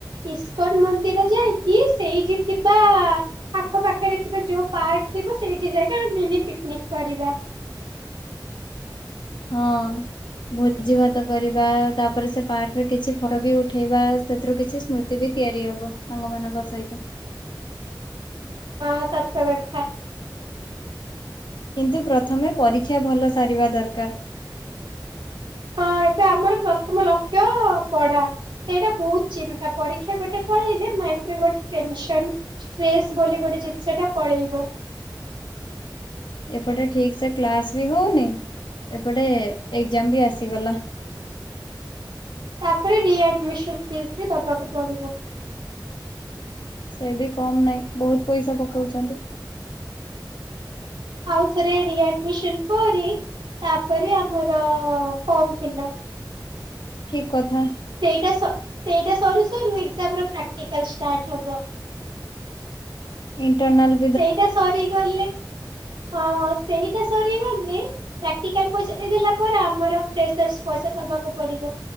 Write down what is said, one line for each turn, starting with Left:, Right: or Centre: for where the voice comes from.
Right: ଇସ୍କନ୍ ମନ୍ଦିର ଯାଇକି ସେଇଠି ଥିବା ଆଖ ପାଖରେ ଥିବା ଯୋଉ ପାର୍କ ଥିବ ସେଇଠି ଯାଇକି ଆମେ ମିନି ପିକିନିକି କରିବା
Left: ହଁ। ଭୋଜି ଭାତ କରିବା, ତାପରେ ସେ ପାର୍କରେ କିଛି ଫଟୋ ବି ଉଠେଇବା, ସେଥିରୁ କିଛି ସ୍ମୃତି ବି ତିଆରି ହବ ସାଙ୍ଗମାନଙ୍କ ସହିତ।
Right: ହଁ ସତ କଥା।
Left: କିନ୍ତୁ ପ୍ରଥମେ ପରୀକ୍ଷା ଭଲ ସାରିବା ଦରକାର।
Right: ହଁ ଏବେ ଆମର ପ୍ରଥମ ଲକ୍ଷ୍ୟ ପଢା। ସେଇଟା ବହୁତ ଚିନ୍ତା, ପରୀକ୍ଷା ଗୋଟେ ପଳେଇଲେ ମାଇଣ୍ଡରେ ଗୋଟେ ଟେନସନ୍ ଷ୍ଟ୍ରେସ୍ ବୋଲି ଗୋଟେ ଜିନିଷଟା ପଳେଇବ।
Left: ଏପଟେ ଠିକ ସେ କ୍ଲାସ ବି ହଉନି, ଏପଟେ ଏକ୍ଜାମ ବି ଆସିଗଲା।
Right: ତାପରେ ରିଆଡମିସନ ଫିସ୍ ବି ଦବାକୁ ପଡିବ।
Left: ସେ ବି କମ ନାଇଁ ବହୁତ ପଇସା ପକଉଚନ୍ତି।
Right: ଆଉଥରେ ରି ଆତମିସନ ପରେ ତାପରେ ଆମର ଫର୍ମ ଫିଲପ।
Left: ଠିକ କଥା।
Right: ସେଇଟା ସ ସେଇଟା ସରୁ ସରୁ ଏକ୍ଜାମ ପ୍ରାକ୍ଟିକାଲ ଷ୍ଟାର୍ଟ ହବ।
Left: ଇଣ୍ଟରନାଲ୍
Right: ସେଇଟା ସରିଗଲେ ହଁ ସେଇଟା ସରିଗଲେ। ପ୍ରାକ୍ଟିକାଲ ପଇସା ଦେଇଦେଲା ପରେ ଆମର ଫେସର୍ଷ ପଇସା ଦବାକୁ ପଡିବ।